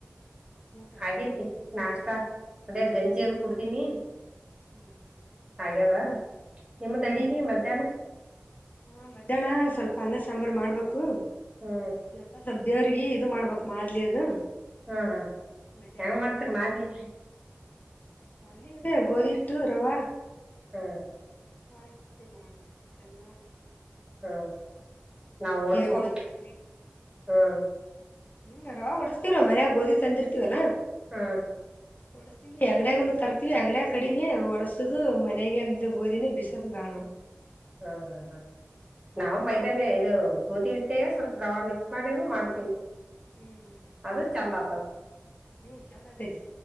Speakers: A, on the left; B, on the right.
A: ಊಟ
B: ಆಗೇತಿ ನಾಷ್ಟ ಅದೇ ಗಂಜಿ
A: ಹ್ಮ್
B: ಅದು ಕುಡ್ತೀನಿ
A: ಹ್ಮ್
B: ಹಾಗ್ಯವ ನಿಮ್ದಡಿಗೆ ಮಧ್ಯಾಹ್ನ
A: ಹಾ ಮಧ್ಯಾಹ್ನ ಸ್ವಲ್ಪ ಅನ್ನ ಸಾಂಬಾರ್ ಮಾಡ್ಬೇಕು
B: ಹ್ಮ್
A: ಯಪ ಸ್ದವ್ರಿಗೆ ಇದು ಮಾಡ್ಬೇಕಕ್ ಮಾದ್ಲಿ ಅದು
B: ಹ್ಮ ಹ್ಮ
A: ಮಧ್ಯಾಹ್ನ
B: ಹೆಂಗ ಮಾಡ್ತರಿ ಮಾಲಿ
A: ಮನ ಇದೆ ಗೋಧಿ ಹಿಟ್ಟು ರವ
B: ಹ್ಮ
A: ಹಾಕಿ ಮಾಡದು ಇದೆಲ್ಲ <inaudible>
B: ಹಾ ನಾವು ಓಡಸ್ಕೊ
A: ಒಣ ಕೊಬ್ಬರಿ
B: ಹ್ಮ್
A: ಹ್ಮ್ ರವ ಹೊಡಸ್ತಿವ ಮನ್ಯಾಗ ಗೋದಿ ತಂದಿರ್ತೀವಲ್ಲಾ
B: ಹ್ಮ
A: ಫಟ <inaudible> ವಿ ಅಂಗಡ್ಯಾಗ ತರ್ತಿವಿ ಅಂಗಡಿಯ ಕಡಿಮೆ ಒಡಸದು ಮನೆಗೆ ಅಂದ ಗೋಧಿನೇ ಬಿಸದು್ ಬಾಳ
B: ಹಾ ಹಾ ಹಾ
A: ಹ್ಮ್
B: ನಾವು
A: ನೀವು
B: ಮೈದನ್ ಇದು ಗಓದಿ ಇಟ್ಟೆ ಸ್ವಲ್ಪ ರವೆ ಮಿಕ್ಸ್ ಮಾಡಿನನು ಮಾಡ್ತೀವಿ
A: ಹ್ಞ ಹ್
B: ಅದು ಚಂದ ಆತ
A: ಹ್ಮ್ ಚಂದ ಆಟೈತಿ